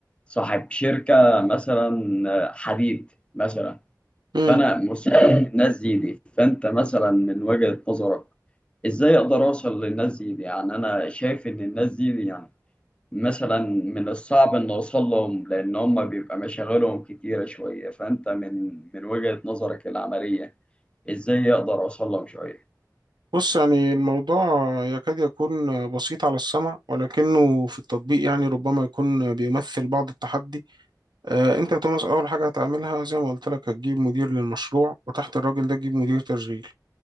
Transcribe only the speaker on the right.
مم.
بص يعني الموضوع يكاد يكون بسيط على السمع ولكنه في التطبيق يعني ربما يكون بيمثل بعض التحدي آه، انت يا توماس اول حاجة هتعملها زي ما قلت لك هتجيب مدير للمشروع وتحت الراجل ده تجيب مدير تشغيل